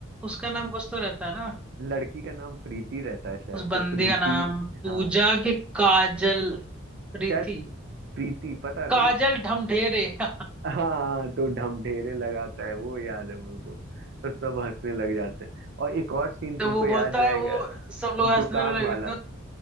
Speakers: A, in the centre; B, on the right.
A: उसका नाम कुछ तो रहता है ना
B: लड़की का नाम प्रीति रहता है शायद
A: उस बंदी
B: तो प्रीति
A: का नाम पूजा
B: हाँ
A: के काजल प्रीति
B: शायद प्रीति पता
A: काजल
B: नहीं
A: ढमढेरे <laughs>
B: हाँ तो ढमढेरे लगाता है वो याद है मेरे को तो सब हंसने लग जाते हैं और एक और सीन तुमको
A: तो वो बोलता
B: याद रहेगा
A: है वो सब लोग हंसने
B: दुकान
A: लगे
B: वाला